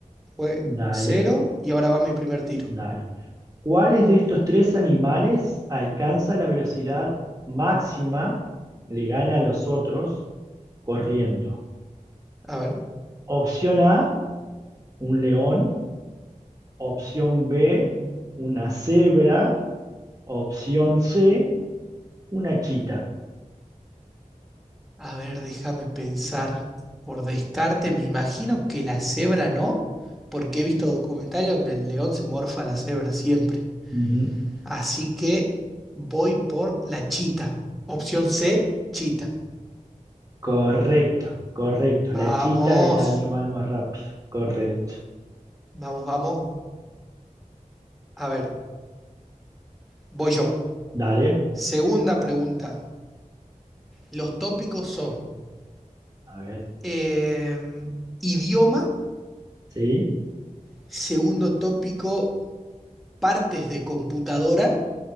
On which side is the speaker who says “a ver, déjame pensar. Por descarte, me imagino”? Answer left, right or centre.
Centre